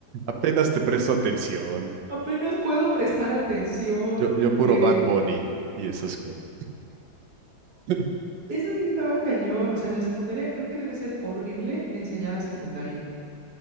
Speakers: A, on the right; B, on the right.
A: Apenas te presto atención.
B: apenas puedo prestar atención,
A: Yo, yo puro
B: eh,
A: Bad Bunny y esas cosas. <laughs>
B: Eso sí estaba cañón. O sea, en la secundaria creo que debe ser horrible enseñar a secundaria.